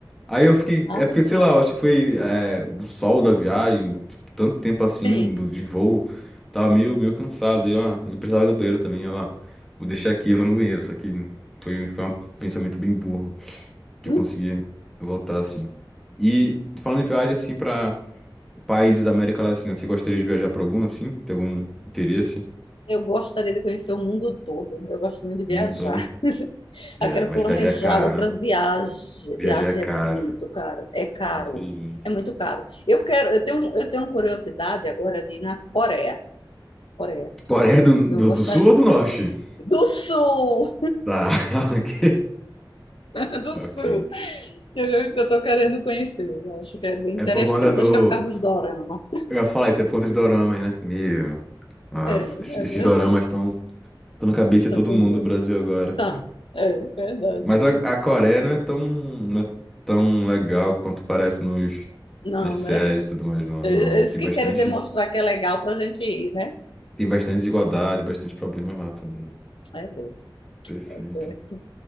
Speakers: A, in the centre; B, on the left (about 85°).
A: Aí eu fiquei.
B: Ah,
A: É porque, sei lá, eu acho que foi é, o sol da viagem, tipo, tanto tempo assim,
B: sim.
A: do- de voo. Tava meio, meio cansado. E, ó, eu precisava ir no banheiro também. Eu, ó, vou deixar aqui, eu vou no banheiro. Só que foi, foi um pensamento bem burro. de
B: Hum,
A: eu conseguir voltar, assim. E falando em viagem, assim, pra países da América Latina, você gostaria de viajar pra algum, assim? Tem algum interesse?
B: Eu gostaria de conhecer o mundo todo. Eu gosto muito de
A: O
B: viajar.
A: mundo todo?
B: <laughs>
A: É,
B: Eu quero
A: mas
B: planejar
A: viajar é caro,
B: outras
A: né?
B: viagens.
A: Viajar
B: Viagem
A: é caro.
B: é muito caro. É caro.
A: Infelizmente.
B: É muito caro. Eu quero, eu tenho, eu tenho curiosidade agora de ir na Coreia. Coreia.
A: Coreia do,
B: Eu
A: do,
B: gostaria.
A: do Sul ou do Norte?
B: Do Sul!
A: Tá, <laughs> ok.
B: <laughs> Do
A: Ok.
B: Sul. Eu, eu, tô querendo conhecer. Eu Acho que é bem interessante.
A: É por conta do.
B: Acho que é por causa dos dorama.
A: Eu ia falar isso, é por conta dos doramas, né? Meu. Nossa,
B: É, é
A: esses, esses
B: verdade.
A: doramas estão na cabeça
B: Estão
A: de todo
B: com
A: mundo
B: tudo.
A: do Brasil agora.
B: Tá, é verdade.
A: Mas a, a Coreia não é tão, não é tão legal quanto parece nos,
B: Não,
A: nas séries
B: né?
A: e tudo mais, não.
B: Eles
A: Não, tem
B: que
A: bastante,
B: querem demonstrar que é legal para a gente ir, né?
A: tem bastante desigualdade, bastante problemas lá também.
B: É, tá
A: Perfeito.
B: certo.